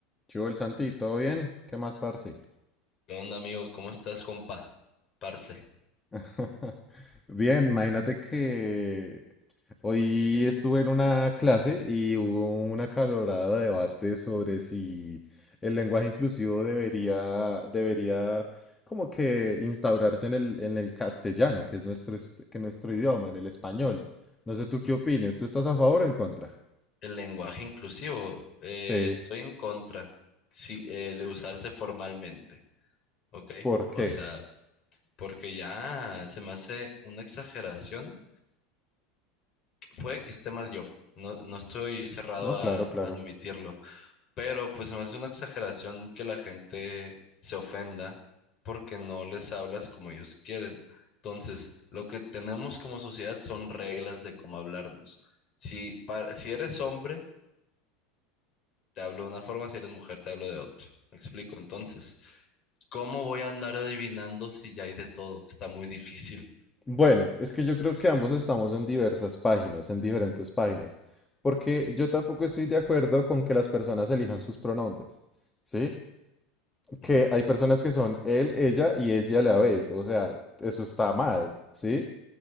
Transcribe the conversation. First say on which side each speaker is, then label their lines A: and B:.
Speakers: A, on the left; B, on the left.
A: ¿Qué hubo, el Santi? ¿Todo bien? ¿Qué más, parce?
B: ¿Qué onda, amigo? ¿Cómo estás, compa? Parce.
A: <laughs> Bien, imagínate que hoy estuve en una clase y hubo un acalorado debate sobre si el lenguaje inclusivo debería, debería como que instaurarse en el, en el castellano, que es nuestro, est- que nuestro idioma, en el español. No sé tú qué
B: Ujú.
A: opines, ¿tú estás a favor o en contra?
B: El lenguaje inclusivo, eh,
A: Sí,
B: estoy en contra, sí, eh, de usarse formalmente, ¿ok?
A: ¿por qué?
B: O sea, porque ya se me hace una exageración. Puede que esté mal yo, no, no estoy cerrado
A: No,
B: a
A: claro, claro.
B: admitirlo, Pero pues se me hace una exageración que la gente se ofenda porque no les hablas como ellos quieren. Entonces, lo que tenemos como sociedad son reglas de cómo hablarnos. Si, para- si eres hombre, te hablo de una forma, si eres mujer, te hablo de otra. ¿Me explico? Entonces, ¿cómo voy a andar adivinando si ya hay de todo? Está muy difícil.
A: Bueno, es que yo creo que ambos estamos en diversas páginas, en diferentes páginas, porque yo tampoco estoy de acuerdo con que las personas elijan sus pronombres, ¿sí?
B: Ujú.
A: Que hay personas que son él, ella y ella a la vez, o sea, eso está mal, ¿sí?